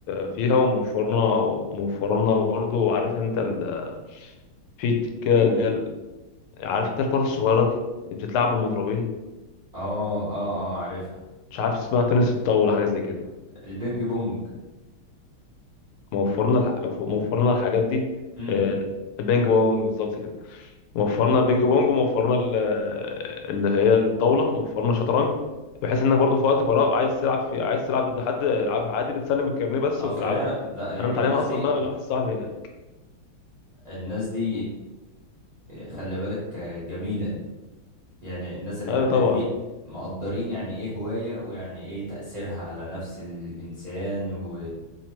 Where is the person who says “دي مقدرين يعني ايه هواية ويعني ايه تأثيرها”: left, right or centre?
Right